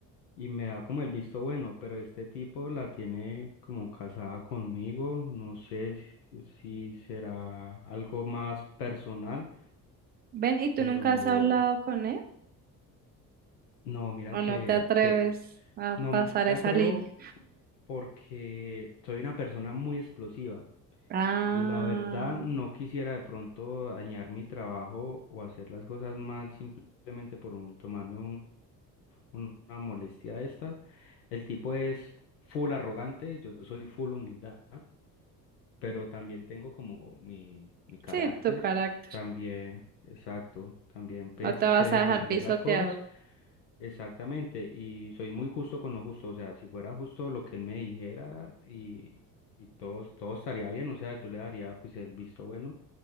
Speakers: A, on the left; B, on the right.
A: y me da como el visto bueno, pero este tipo la tiene como casada conmigo, no sé si, si será algo más personal,
B: Ven, ¿y
A: pero
B: tú nunca has hablado con él
A: no, mira
B: o
A: que,
B: no te atreves
A: que
B: a
A: no
B: pasar
A: me
B: esa
A: atrevo
B: línea?
A: porque soy una persona muy explosiva
B: Ah,
A: y la verdad no quisiera de pronto dañar mi trabajo o hacer las cosas mal simplemente por un- tomarme una molestia de estas. El tipo es full arrogante, yo soy full humildad, pero también tengo como mi, mi carácter,
B: sí, tu carácter.
A: también, exacto, también pues
B: No te
A: sé
B: vas
A: defender
B: a dejar pisotear.
A: las cosas exactamente y soy muy justo con lo justo, o sea, si fuera justo lo que él me dijera y, y todo, todo estaría bien, o sea, yo le daría pues el visto bueno